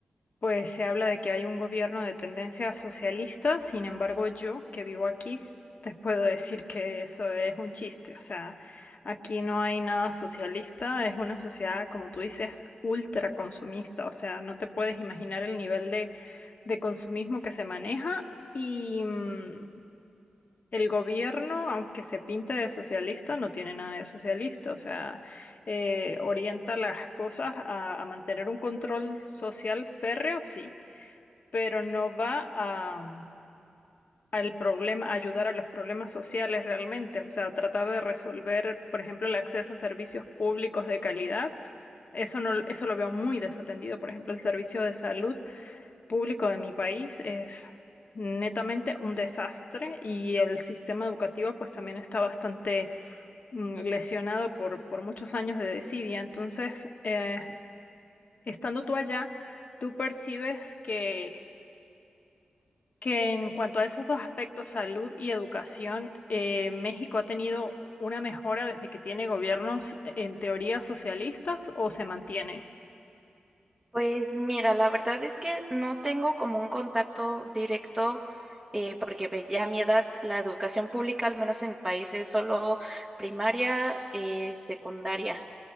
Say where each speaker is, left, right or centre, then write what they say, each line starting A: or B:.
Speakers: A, on the left; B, on the right.
A: Pues se habla de que hay un gobierno de tendencia socialista, sin embargo yo, que vivo aquí, te puedo decir que eso es un chiste, o sea, aquí no hay nada socialista, es una sociedad, como tú dices, ultra consumista, o sea, no te puedes imaginar el nivel de, de consumismo que se maneja y mm, el gobierno, aunque se pinte de socialista, no tiene nada de socialista, o sea, eh, orienta las cosas a a mantener un control social férreo, sí pero no va a, mm, al problema, a ayudar a los problemas sociales realmente. O sea, tratar de resolver, por ejemplo, el acceso a servicios públicos de calidad. Eso no, eso lo veo muy desatendido. Por ejemplo, el servicio de salud público de mi país es netamente un desastre y el sistema educativo pues también está bastante mm, lesionado por, por muchos años de desidia. Entonces, eh, estando tú allá, tú percibes que que en cuanto a esos dos aspectos, salud y educación, eh, México ha tenido una mejora desde que tiene gobiernos en teoría socialistas o se mantiene.
B: Pues mira, la verdad es que no tengo como un contacto directo, eh, porque pues, ya a mi edad la educación pública, al menos en mi país, es solo primaria, eh, secundaria.